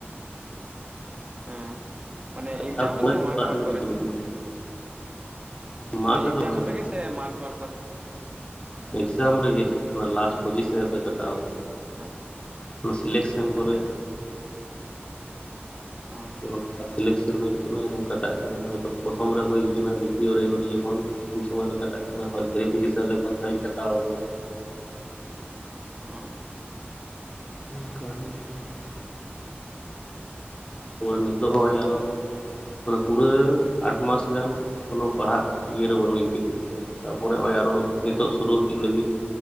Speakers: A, on the right; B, on the left.
A: ᱦᱮᱸ ᱢᱟᱱᱮ
B: ᱠᱟᱴᱟᱣ
A: ᱮᱠᱡᱟᱢ
B: ᱯᱚᱨᱮ
A: ᱨᱮ ᱥᱮ ᱢᱟᱴ
B: ᱚᱲᱟᱜ
A: ᱯᱷᱟᱴ
B: ᱨᱮᱜᱮ
A: ᱠᱚᱨᱮ?
B: ᱫᱩᱲᱩᱵ ᱢᱮ
A: <unintelligible>
B: ᱢᱟᱴᱷ
A: ᱮᱠᱡᱟᱢ
B: ᱨᱮᱫᱚ ᱵᱟᱝ
A: ᱨᱮᱜᱮ ᱥᱮ ᱢᱟᱴ ᱯᱟᱴ ᱠᱚᱨᱮ?
B: ᱮᱠᱡᱟᱢ ᱨᱮᱜᱮ ᱚᱱᱟ ᱞᱟᱥᱴ ᱯᱚᱡᱤᱥᱮᱱ ᱨᱮ ᱠᱟᱴᱟᱣ
A: <unintelligible>
B: ᱚᱱᱟ ᱥᱤᱞᱮᱠᱥᱮᱱ ᱠᱚᱨᱮ
A: ᱦᱮᱸ ᱚᱸ
B: ᱡᱚᱠᱷᱚᱱ ᱥᱤᱞᱮᱠᱥᱮᱱ ᱦᱩᱭᱩᱜ ᱠᱟᱱᱟ ᱠᱟᱴᱟᱜ ᱠᱟᱱᱟ, ᱦᱚᱭᱛᱚ ᱯᱨᱚᱛᱷᱚᱢ ᱨᱮ ᱦᱩᱭ ᱠᱟᱱᱟ ᱫᱤᱛᱤᱭᱚ ᱨᱮ <unintelligible> ᱡᱚᱠᱷᱚᱱ ᱩᱱ ᱥᱚᱢᱚᱭ ᱫᱚ ᱠᱟᱴᱟᱜ ᱠᱟᱱᱟ ᱦᱚᱭ ᱵᱷᱮᱨᱤᱯᱷᱤᱠᱮᱥᱮᱱ ᱨᱮ ᱵᱟᱨ ᱫᱷᱟᱣ ᱤᱧ ᱠᱟᱴᱟᱣ ᱠᱟᱱᱟ᱾
A: ᱦᱚᱸ
B: ᱚᱱᱠᱟ ᱦᱩᱭᱩᱜ ᱜᱮᱭᱟ᱾ <unintelligible> ᱱᱤᱛᱚᱜ ᱦᱚᱸᱭ ᱟᱨ ᱦᱚᱸ ᱢᱟᱱᱮ ᱯᱩᱨᱟᱹ ᱟᱴ ᱢᱟᱥ ᱜᱟᱱ ᱠᱳᱱᱳ ᱯᱟᱲᱦᱟᱜ ᱤᱭᱟᱹᱨᱮ ᱵᱟᱹᱱᱩᱜ ᱤᱧ ᱠᱟᱹᱧᱟ᱾ ᱛᱟᱯᱚᱨᱮ ᱱᱚᱜᱼᱚᱭ ᱟᱨ ᱦᱚᱸ ᱱᱤᱛᱚᱜ
A: ᱦᱮᱸ
B: ᱥᱩᱨᱩ ᱦᱩᱭᱩᱜ ᱞᱟᱹᱜᱤᱫ᱾